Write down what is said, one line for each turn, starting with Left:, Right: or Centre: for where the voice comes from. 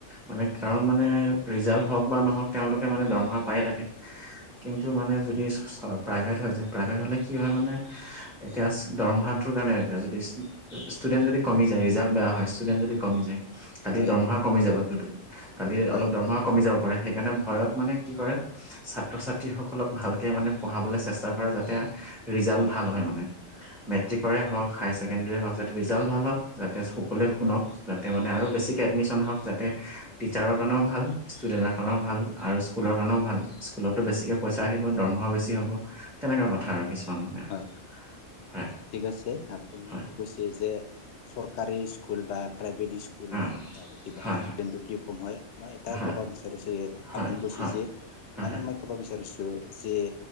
Centre: মানে
Left: হয়,
Centre: কাৰণ
Left: হয়, হয়, হয়, হয়,
Centre: মানে ৰিজাল্ট হওক বা নহওক তেওঁলোকে মানে দম হ পায়েই থাকে কিন্তু মানে যদি প্ৰাইভেট হৈ যায় প্ৰাইভেট হলে কি হয় মানে এতিয়া দৰমহাটোৰ কাৰণে এতিয়া যদি ষ্টুেট যদি কমি যায় ৰিজাল্ট বেয়া হয় ষ্টুডেট যদি কমি যায় কালি
Left: হয়,
Centre: দৰমহা কমি যাব কালি
Left: হয়,
Centre: অলপ দৰমহা কমি যাব পাৰে সেইকাৰণে ভয়ত মানে কি ছাত্ৰ ছাত্ৰী সকলক ভালকে মানে পঢ়াবলৈ চেষ্টা কৰে যাতে ৰিজাল্ট ভাল হয় মানে মেট্ৰিকৰে হওক হায়াৰ ছেকেণ্ডাৰী হওক যাতে ৰিজাল্ট ভাল হওক যাতে সকলোৱে শুনক যাতে মানে আৰু বেছিকৈ এডমিশ্যন হওক যাতে
Left: হয়,
Centre: টিচাৰৰ কাৰণেও ভাল ষ্টুডেন্ট এ ৱো ভাল আৰু স্কুলৰ কাৰণেও ভাল স্কুলতো বেছিকে পইচা আহিব দৰমহা বেছি হ'ব তেনেকুৱা কথা
Left: হয়,
Centre: আৰু কিছুমান মানে আৰু
Left: হয়,
Centre: হয়
Left: ঠিক আছে আপুনি
Centre: হয়
Left: যে কৈছে যে চৰকাৰী স্কুল বা প্ৰাইভেট স্কুলৰ
Centre: অ
Left: কিবা
Centre: হয়
Left: ষ্টুডেন্টটো কি কম হয় মই এটা
Centre: হয়
Left: ক'ব বিচাৰিছো এই
Centre: হয়
Left: আপুনি কৈছে
Centre: হয়
Left: যে
Centre: হয়
Left: মানে
Centre: হয় হয়
Left: মই ক'ব বিচাৰিছো যে